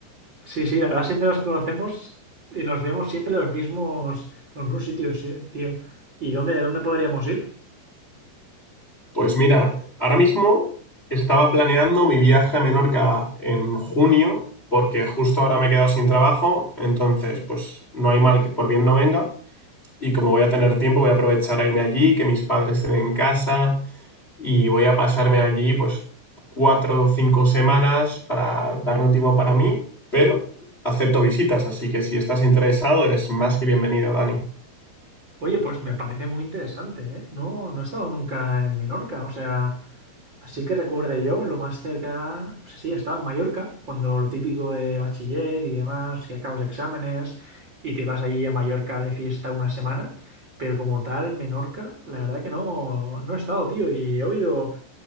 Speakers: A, on the right; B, on the left.
A: Sí, sí, ahora siempre nos conocemos y nos vemos siempre en los mismos, los mismos sitios, sí, tío. ¿Y dónde, dónde podríamos ir?
B: Pues mira, ahora mismo estaba planeando mi viaje a Menorca en junio, porque justo ahora me he quedado sin trabajo, entonces pues no hay mal que por bien no venga. Y como voy a tener tiempo, voy a aprovechar a irme allí, que mis padres estén en casa, y voy a pasarme allí pues cuatro o cinco semanas para darme un tiempo para mí, pero acepto visitas, así que si estás interesado eres más que bienvenido, Dani.
A: Oye, pues me parece muy interesante, ¿eh? No, no he estado nunca en Menorca, o sea, así que recuerde yo, lo más cerca, o sea, sí, estaba en Mallorca, cuando lo típico de bachiller y demás, que acabas exámenes y te vas allí a Mallorca de fiesta una semana, pero como tal, Menorca, la verdad que no, no he estado, tío, y he oído